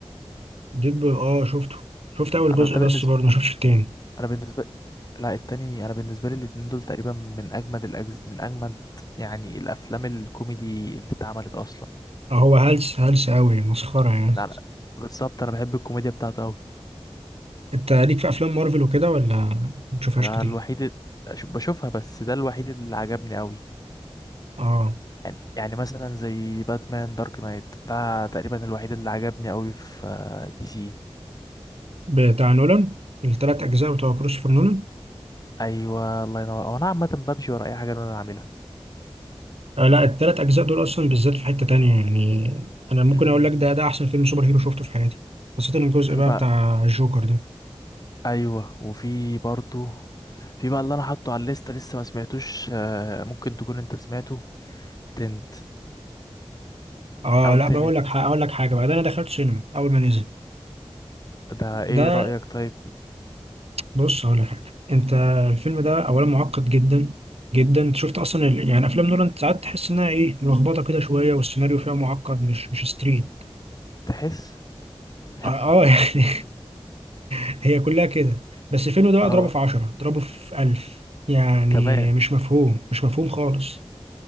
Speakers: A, on the right; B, on the left.
A: ديدبول اه شفته شفت اول
B: انا
A: جزء
B: ده
A: بس
B: بالنسبه
A: برضه ما شفتش التاني
B: انا بالنسبه لا التاني انا بالنسبه لي الاتنين دول تقريبا من اجمد الأجز... من اجمد يعني الافلام الكوميدي اللي اتعملت اصلا
A: آه هو هلس هلس قوي مسخره يعني
B: ده أنا... بالظبط انا بحب الكوميديا بتاعته قوي
A: انت ليك في افلام مارفل وكده ولا ما بتشوفهاش
B: ده
A: كتير
B: الوحيد ال- أش- بشوفها بس ده الوحيد اللي عجبني قوي
A: اه
B: يعني يعني مثلا زي باتمان دارك نايت ده تقريبا الوحيد اللي عجبني قوي في آه، دي سي
A: بتاع نولان التلات اجزاء بتوع كريستوفر نولان
B: ايوه الله ينور هو انا عامه بمشي ورا اي حاجه انا عاملها
A: آه لا التلات أجزاء دول أصلا بالذات في حتة تانية يعني أنا ممكن
B: امم
A: أقول لك ده ده أحسن فيلم سوبر هيرو شفته في حياتي خاصة الجزء
B: وفي
A: بقى
B: بقى
A: بتاع الجوكر ده
B: ايوه وفي برضو في بقى اللي انا حاطه على الليسته لسه ما سمعتوش آه، ممكن تكون انت سمعته تنت
A: آه
B: او
A: لا
B: تنت
A: بقول لك حاجة أقول لك حاجة بقى ده أنا دخلت سينما أول ما نزل
B: ده ايه
A: ده
B: رأيك طيب
A: بص هقول لك حاجة أنت الفيلم ده أولا معقد جدا جدا أنت شفت أصلا ال... يعني أفلام نولان ساعات تحس إنها إيه ملخبطة كده شوية والسيناريو فيها معقد مش مش ستريت
B: تحس <laughs>
A: آه, آه يعني <laughs> هي كلها كده بس الفيلم ده
B: اه
A: اضربه في عشرة اضربه في ألف يعني
B: كمان
A: مش مفهوم مش مفهوم خالص